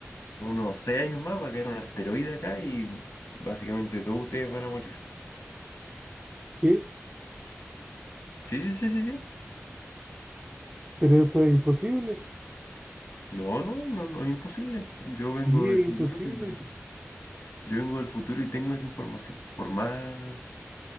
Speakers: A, on the left (about 65°); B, on the right (about 20°).
A: unos seis años más va a caer un asteroide acá y básicamente todos ustedes van a morir.
B: ¿Qué?
A: Sí, sí, sí, sí, sí.
B: Pero eso es imposible.
A: No, no, no, no es imposible. Yo
B: Sí,
A: vengo
B: es
A: del futuro
B: imposible.
A: y, yo vengo del futuro y tengo esa información. Por más,